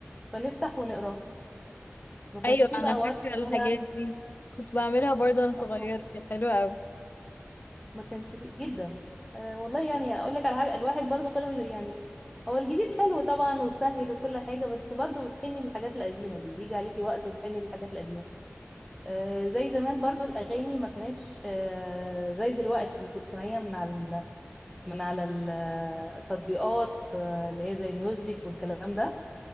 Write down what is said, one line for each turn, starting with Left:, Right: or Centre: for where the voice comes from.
Centre: فنفتح ونقراها ما كانش
Left: ايوه
Centre: فيه
Left: انا
Centre: بقى
Left: فاكرة
Centre: وقت
Left: الحاجات
Centre: ولا
Left: دي كنت بعملها برضو وانا صغيرة
Centre: آه،
Left: كانت حلوة اوي
Centre: ما كانش فيه جدا أه والله يعني اقول لك على حاجة الواحد برضو كل ما بي- يعني هو الجديد حلو طبعا وسهل وكل حاجة بس برضو بتحني للحاجات القديمة دي بيجي عليكي وقت وتحني للحاجات القديمة أه زي زمان برضو الأغاني ما كانتش أه زي دلوقتي تسمعيها من على من على ال- التطبيقات آه، اللي هي زي ميوزك والكلام ده